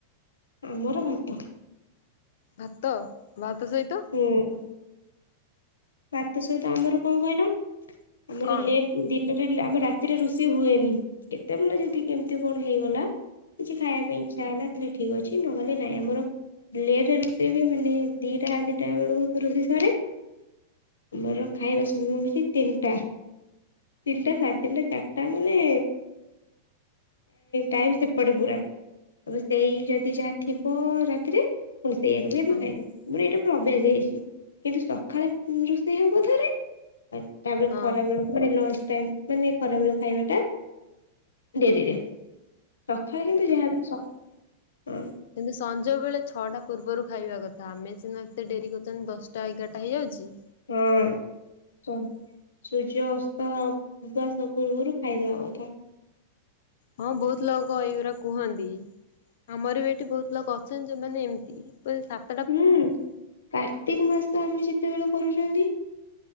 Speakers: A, on the left; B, on the left.
A: ଆମର ଭାତ।
B: ଭାତ, ଭାତ ସହିତ?
A: ହୁଁ। ଭାତ ସହିତ ଆମର କଣ କହିଲ, ଆମର
B: କଣ
A: ଲେଟ୍ ଦିନରେ ଆମେ ରାତିରେ ରୋଷେଇ ହୁଏନି କେତେବେଳେ ଯଦି କେମ୍ତି କଣ ହେଇଗଲା। କିଛି ଖାଇବା ପାଇଁ ଇଚ୍ଛା ହେଲା ତାହେଲେ ଠିକ୍ ଅଛି, ନହେଲେ ନାଇଁ ଆମର ଲେଟ୍ ରେ ରୋଷେଇ ହୁଏ, ମାନେ ଦିଟା ସାଢ଼େ ଦିଟା ବେଳୁକୁ ରୋଷେଇ ସରେ। ଆମର ଖାଇବା ସମୟ ହଉଚି ତିନିଟା। ତିନିଟା ସାଢେ ତିନିଟା ଚାରିଟା ମାନେ ଟାଇମ୍ ସେପଟେ ପୁରା ସେଇ ଯଦି ଯାହା ଥିବ ରାତିରେ ପୁଣି ସେଇଆକୁ ବି <unintelligible>
B: ହଁ
A: ଖାଇଦଉ, ମାନେ ଏଇଟା ପୁରା ଅଭ୍ୟାସ ହୋଇଯାଇଛି, କିନ୍ତୁ ସଖାଳେ ପୁଣି ରୋଷେଇ ହବ ଥରେ, ତାପରେ
B: ହଁ
A: ଖରାବେଳ ମାନେ ଲଞ୍ଚ ଟାଇମ୍ ମାନେ ଖରାବେଳେ ଖାଇବା ଟା ଡେରିରେ। ସଖାଳେ କିନ୍ତୁ ଯାହା ବି-ସ-ହଁ।
B: କିନ୍ତୁ ସଞ୍ଜବେଳେ ଛଅଟା ପୂର୍ବରୁ ଖାଇବା କଥା, ଆମେ ସିନା ଏତେ ଡେରି କରୁଚନ୍ତି ଦଶଟା ଏଗାରଟା ହେଇଯାଉଚି।
A: ହଁ। ସୂର୍ଯ୍ୟ ଅସ୍ତ ହବା <unintelligible> ପୂର୍ବୁରୁ ଖାଇଦବା କଥା।
B: ହଁ ବହୁତ୍ ଲୋକ ଏଇଗୁରା କୁହନ୍ତି। ଆମର ବି ଏଠି ବହୁତ୍ ଲୋକ ଅଛନ୍ତି, ଯୋଉମାନେ ଏମ୍ତି <unintelligible>
A: ହୁଁ କାର୍ତିକ୍ ମାସ ଆମେ ଯେତେବେଳେ କରୁଚନ୍ତି।